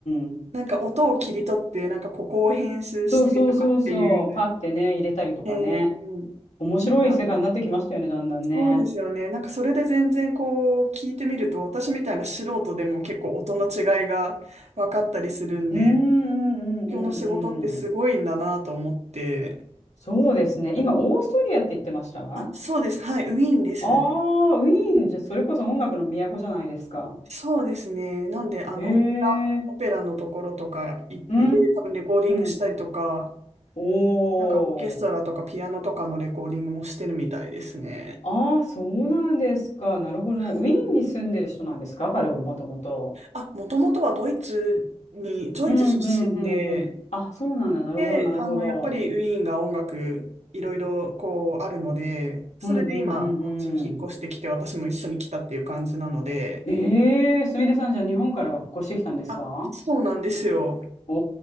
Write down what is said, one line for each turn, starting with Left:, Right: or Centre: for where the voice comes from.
Left: うん。
Right: なんか音を切り取って、なんかここを編集してとかっていう。
Left: そうそうそうそう。パってね、入れたりとかね。
Right: えー
Left: 面白い世界になってきましたよね、
Right: なんか、
Left: だんだんね。
Right: そうですよね。なんかそれで全然こう、聞いてみると、私みたいな素人でも結構音の違いが分かったりするんで、
Left: うんうんうんうんうん。
Right: 東京の仕事ってすごいんだなと思って。
Left: そうですね。今、オーストリアって言ってましたあ
Right: あ、そうです。はい、ウィーンです。
Left: あー、ウィーン、じゃ、それこそ音楽の都じゃないですか。
Right: そうですね。なんで、あの、
Left: へえ。
Right: オペラ、オペラのところとか行って、
Left: うー
Right: 多分レコーディングしたりとか、
Left: ん。おー。
Right: なんかオーケストラとかピアノとかのレコーディングもしてるみたいですね。
Left: ああ、そうなんですか。なるほどね。
Right: はい。
Left: ウィーンに住んでる人なんですか彼はもともと。
Right: あ、もともとはドイツに、ドイツ出身で、
Left: うん、うん、うん、うん。あ、そうなんだ。なるほど、
Right: で、
Left: なるほど。
Right: あの、やっぱりウィーンが音楽、いろいろこうあるので、それで今、
Left: うん、うん、うん、
Right: こっちに引っ越してきて、
Left: うん。
Right: 私も一緒に来たっていう感じなので、
Left: ええすみれさん、じゃあ日本から越してきたんですか
Right: あ、そうなんですよ。
Left: お